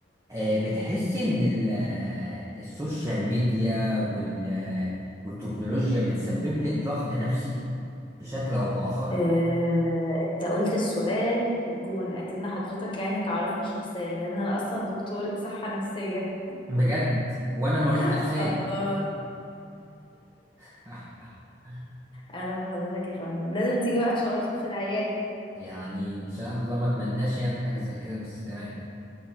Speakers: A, on the right; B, on the left.
A: آه بتحسي ان ال- آه، السوشيال ميديا وال آه، والتكنولوجيا بتسبب
B: مم.
A: لك ضغط نفسي بشكل او باخر
B: آه، انت قلت السؤال في الجون اكن حضرتك يعني تعرفني شخصيا لان انا اصلا دكتورة صحة نفسية
A: بجد وانا مريض
B: <laughs>
A: نفساني
B: اه
A: <laughs>
B: اهلا بحضرتك يا فندم لازم تيجي بقى تشرفنا في العيادة
A: يعني ان شاء الله ما اتمناش يعني حاجه زي كده بس تمام